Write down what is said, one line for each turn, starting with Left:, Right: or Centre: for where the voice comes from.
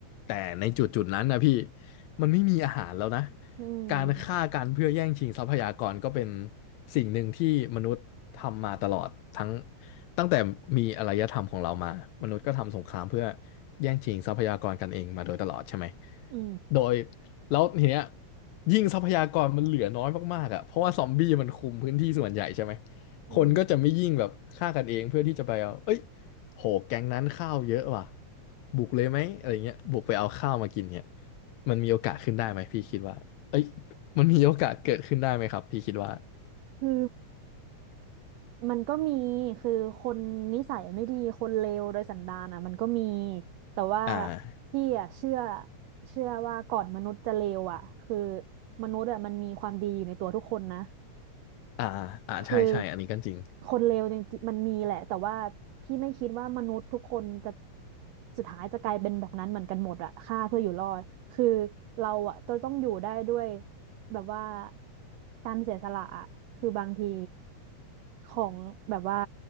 Left: แต่ในจุดจุดนั้นนะพี่มันไม่มีอาหารแล้วนะ
Right: <laughs> อืม
Left: การฆ่ากันเพื่อแย่งชิงทรัพยากรก็เป็นสิ่งหนึ่งที่มนุษย์ทำมาตลอดทั้งตั้งแต่มีอารยธรรมของเรามามนุษย์ก็ทำสงครามเพื่อแย่งชิงทรัพยากรกันเองมาโดยตลอดใช่ไหม
Right: อืม
Left: โดยแล้วทีเนี้ยยิ่งทรัพยากรมันเหลือน้อยมากๆอ่ะเพราะว่าซอมบี้มันคุมพื้นที่ส่วนใหญ่ใช่ไหม
Right: อืม
Left: คนก็จะไม่ยิ่งแบบฆ่ากันเองเพื่อที่จะไปเอาเอ้ยโหแก๊งนั้นข้าวเยอะว่ะบุกเลยไหมอะไรเงี้ยบุกไปเอาข้าวมากินเนี่ยมันมีโอกาสขึ้นได้ไหมพี่คิดว่า เอ้ยมันมีโอกาสเกิดขึ้นได้ไหมครับพี่คิดว่า
Right: คือ มันก็มีคือคนนิสัยไม่ดี คนเลวโดยสันดานอ่ะมันก็มี แต่ว่า
Left: อ่า
Right: พี่อ่ะเชื่อเชื่อว่าก่อนมนุษย์จะเลวอ่ะคือมนุษย์อ่ะมันมีความดีอยู่ในตัวทุกคนนะ
Left: อ่าอ่าใช่ใช่อันนี้ก็จริง
Right: คือคนเลวจริงๆมันมีแหละแต่ว่าพี่ไม่คิดว่ามนุษย์ทุกคนจะสุดท้ายจะกลายเป็นแบบนั้นเหมือนกันหมดอะฆ่าเพื่ออยู่รอดคือเราอะจะต้องอยู่ได้ด้วยแบบว่าการเสียสละอะคือบางทีของแบบว่า